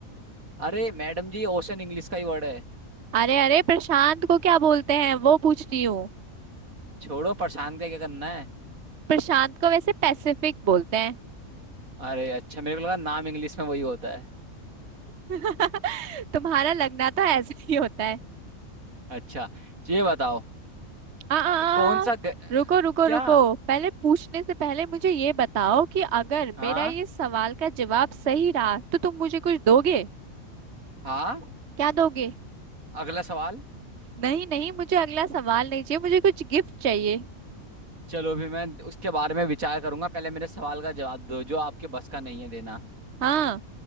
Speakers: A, on the right; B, on the right.
A: अरे मैडम जी ओशन इंग्लिश का ही वर्ड है
B: अरे अरे प्रशांत को क्या बोलते हैं वो पूछ रही हूँ
A: छोड़ो प्रशांत का क्या करना है
B: प्रशांत को वैसे पैसिफिक बोलते हैं
A: अरे अच्छा मेरे को लगा नाम इंग्लिश में वही होता है
B: <laughs> तुम्हारा लगना तो ऐसा ही होता है
A: अच्छा ये बताओ
B: आ, आ,
A: कौन
B: आ,
A: सा ग...
B: रुको रुको
A: क्या
B: रुको पहले पूछने से पहले मुझे ये बताओ कि अगर
A: हाँ
B: मेरा ये सवाल का जवाब सही रहा तो तुम मुझे कुछ दोगे
A: हाँ
B: क्या दोगे
A: अगला सवाल
B: नहीं नहीं मुझे अगला सवाल नहीं चाहिए मुझे कुछ गिफ्ट चाहिए
A: चलो भी मैं उसके बारे में विचार करूंगा पहले मेरे सवाल का जवाब दो जो आपके बस का नहीं है देना
B: हाँ